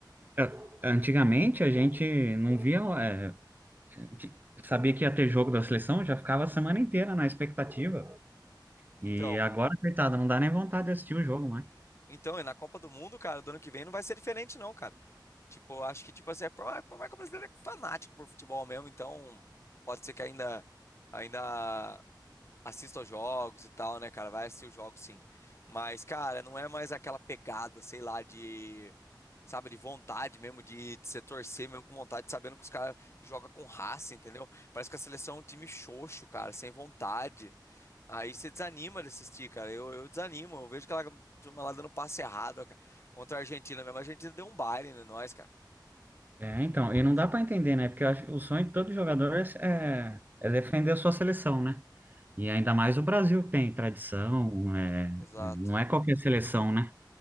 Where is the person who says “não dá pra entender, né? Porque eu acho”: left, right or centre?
Right